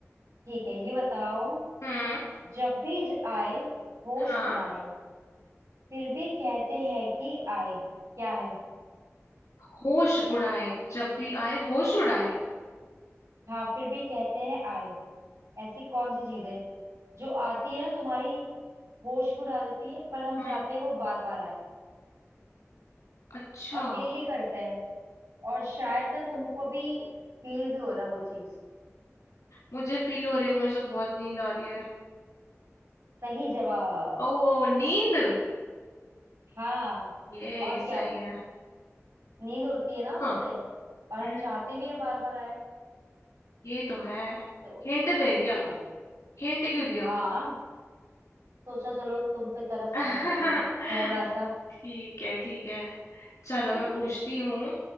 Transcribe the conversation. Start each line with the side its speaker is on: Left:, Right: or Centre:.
Right: ठीक है ये बताओ
Left: हम्म
Right: जब भी आए होश
Left: हाँ
Right: उड़ाए फिर भी कहते हैं कि आए क्या है
Left: होश उड़ाए जब भी आए होश उड़ाए
Right: हाँ फिर भी कहते हैं आए ऐसी कौन सी चीज है जो आती है ना तुम्हारी होश भी उड़ा देती है पर हम
Left: हम्म
Right: चाहते हैं वो बार बार आए
Left: अच्छा
Right: और डेली करते हैं और शायद ना तुमको भी फील भी हो रहा है वो चीज
Left: मुझे फील हो रही है मुझे तो बहुत नींद आ रही है
Right: सही जवाब
Left: ओ नींद
Right: हाँ
Left: ये
Right: और
Left: सही
Right: क्या
Left: है
Right: नींद उड़ती है ना उससे
Left: हाँ
Right: और हम
Left: हम्म
Right: चाहते भी हैं बार बार आए
Left: ये तो है
Right: तो
Left: हिंट दे दिया
Right: इसीलिए
Left: हिंट क्यों दिया
Right: हाँ सोचा चलो तुम पे तरस
Left: <laughs>
Right: खा जाती हूँ थोड़ा सा
Left: ठीक है ठीक है चलो
Right: इसीलिए
Left: मैं पूछती हूँ